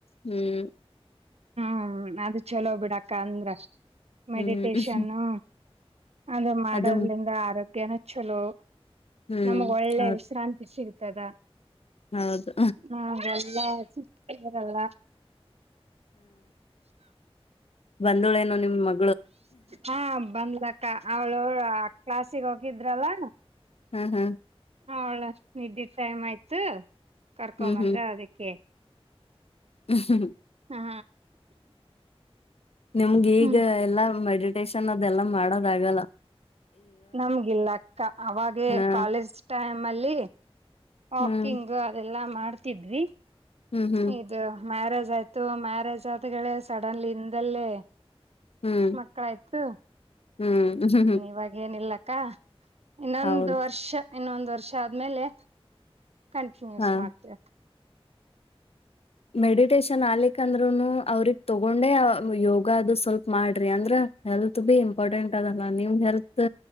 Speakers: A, on the left; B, on the right.
A: ಹೂಂ
B: ಹೂ ಅದ್ ಚಲೋ ಬಿಡಕ್ಕ ಅಂದ್ರ ಮೇಡಿಟೇಶನ್ನೂ
A: ಹ್ಮ್
B: ಅದುನ್ನ ಮಾಡುದ್ರಿಂದ
A: ಅದು
B: ಅರೋಗ್. ಕೆನೆ ಚೊಲೋ.
A: ಹ್ಮ್
B: ನಮಗೆ ಒಳ್ಳೆ
A: ಹೌದ್
B: ವಿಶ್ರಾಂತಿ ಸಿಗುತ್. ತದ.
A: ಹೌದು
B: ಹು ಎಲ್ಲಾ ಸಿದ್ಕೆ. ದಲ್ಲ.
A: ಬಂಧುಲೇನ್ನ ನಿಮ್ ಮಗ್.
B: ಹ್ಮ್ ಬಂದ್ಲಾ ಕ್. ಕ್ಕ ಅವ್ಳ ಕಲ್ಸಿಗ್ ಹೋಗಿದ್ರಲ್ಲ.
A: ಹಾ ಹಾ.
B: ಒಳ್ಳೆ ನಿಧಿ ಟೈಮ್ ಆತು. ಕರ್ಕೋದ್ದು
A: ಹ್ಮ್
B: ಬಂದ್ರ ಅದಿಕ್ಕೆ.
A: ಹ್ಮ್
B: ಹಾ
A: ನಮಗೀಗ
B: ಹ್ಮ್
A: ಎಲ್ಲಾ ಮೆಡಿ. ಪೆಸನ್ ಅದೆಲ್ಲ ಮಾಡುದಾ ಆಗಲ್ಲ.
B: ನಮ್ಗೆಲ್ಲಾ ಅಕ್ಕಾ ಅವಗೆ
A: ಹಾ
B: ಕಾಲೇಜು ಟೈಮ್. ಮಲ್ಲಿ ವಾಕಿಂಗ್
A: ಹ್ಮ್
B: ಅದೆಲ್ಲ ಮಾಡ್ ಈದ್ವಿ
A: ಹ್ಮ್ ಹ್ಮ್
B: ಇದ್ ಮ್ಯಾರೇಜ್. ರೇತು ಮ್ಯಾರೇಜ್ ಆಯ್ತು ಅಡಿಗಳೇ ಸಾಡೆನ್ಲಯ್ ಇದ್ದಾಳೆ.
A: ಹ್ಮ್
B: ಮಕ್ಳು ಆಯ್ತು
A: ಹ್ಮ್ ಹ್ಮ್
B: ಇವಗೇನೆಲ್ಲ. ಕ ಏನ್ ಒಂದ್
A: ಹೌದ್
B: ವರ್ಷ ಇನ್ ಒಂದ್ ವರ್ಷ ಆದ್ಮೇಲೆ. ಕಂಟಿನ್ಯೂಸ್
A: ಹಾ
B: ಮಾಡ್ತಿರ.
A: ಮಾಡಿಟೇಶನ್ ಆಗ್ಲಿಕ ಆದ್ರೂನು ಅವ್ರ್ಗೆ ತಗೋದೇನಾ ಯೋಗ ಅದು ಸಲ್ಪ ಮಾಡ್ರಿ ಅದ್ರಾ ಹೆಲ್ತ್ ಬೇಡ ಇಂಪಾರ್ಟೆಂಟ್ ಅದ ಅಲಾ ನಿಮ್ ಹೆಲ್ತ್.